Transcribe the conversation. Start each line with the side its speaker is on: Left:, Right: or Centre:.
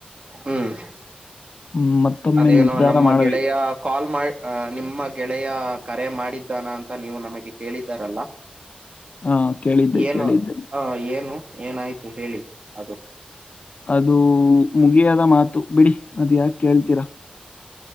Right: ಹ್ಮ್
Left: ಮ್, ಮತ್ತೊಮ್ಮೆ
Right: ಅದೇನೋ
Left: ನಿರ್ಧಾರ
Right: ನಮ್ಮ
Left: ಮಾಡಬೇಕು.
Right: ಗೆಳೆಯ ಕಾಲ್ ಮಾಡ ನಿಮ್ಮ ಗೆಳೆಯ ಕರೆ ಮಾಡಿದ್ದಾನ ಅಂತ ನೀವು ನಮಗೆ ಕೇಳಿದ್ದಾರಲ್ಲ?
Left: ಹಾ, ಕೇಳಿದ್ದೆ
Right: ಏನು
Left: ಕೇಳಿದ್ದೆ.
Right: ಹ ಏನು ಏನಾಯ್ತು ಹೇಳಿ ಅದು?
Left: ಅದು ಮುಗಿಯದ ಮಾತು ಬಿಡಿ. ಅದು ಯಾಕ ಕೇಳ್ತೀರಾ,